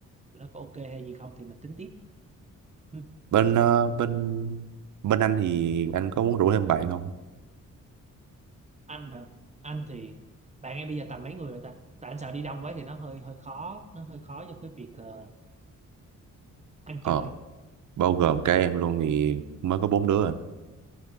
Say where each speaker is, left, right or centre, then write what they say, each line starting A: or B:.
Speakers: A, on the right; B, on the right.
A: tụi nó có ok hay gì không thì mình tính tiếp ừ.
B: bên ờ, bên bên anh thì anh có muốn rủ thêm bạn không
A: anh hả anh thì bạn em bây giờ tầm mấy người rồi ta tại anh sợ đi đông quá thì nó hơi hơi khó nó hơi khó cho cái việc ờ, ăn
B: ờ
A: chơi
B: bao gồm cả em luôn thì mới có bốn đứa à